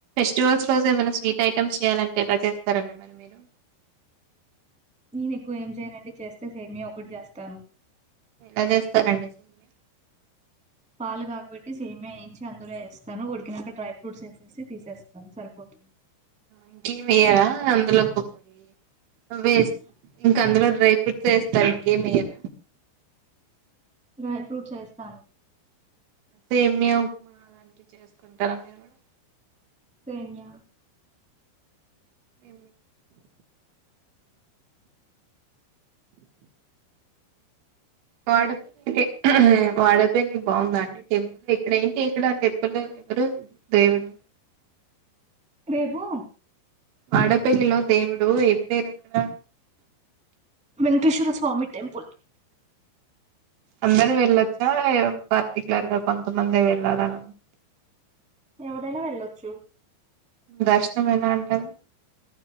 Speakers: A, on the right; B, in the centre.
A: స్టోర్స్ ఫ్లోజ్ రోజు ఏమైనా స్వీట్ ఐటమ్స్ చేయాలంటే ఎట్ల చేస్తారండి మరి మీరు
B: నేను ఎక్కువ ఏం చేయనండి చేస్తే సేమియ ఒక్కటి చేస్తాను
A: ఎట్జెస్తారండి సేమియా
B: పాలు కాకబెట్టి సేమియ వేయించి అందులో వేస్తాను ఉడికినాక డ్రై ఫ్రూట్స్ వేసేసి తీసేస్తాను సరిపోతు
A: ఇంకేమి వేయరా అందులో కొబ్బరి వేస్ ఇంక అందులో డ్రై ఫ్రూట్ చేస్తారు ఏం వేయరా
B: డ్రై ఫ్రూట్స్ వేస్తాను
A: సేమ్య ఉప్మా అలాంటివి చేస్తుంటార మీరు కూడా
B: సేమ్య
A: ఏ వాడపిల్లి హ వాడపిల్లి బాగుందా అండి టెంపుల్ ఇక్కడ ఏంటి ఇక్కడ టెంపుల్ ఎవరు దేవుడు
B: రేపు
A: ఆడ పెల్లిలో దేవుడు ఎండేరు అక్కడ
B: వెంక్టేశ్వర స్వామి టెంపుల్
A: అందరు వెళ్ళొచ్చా పర్టికులర్ గ కొంతమందె వెళ్ళాలన
B: ఎవరైనా వెల్లోచ్చు
A: దర్శనం ఎలా ఉంటది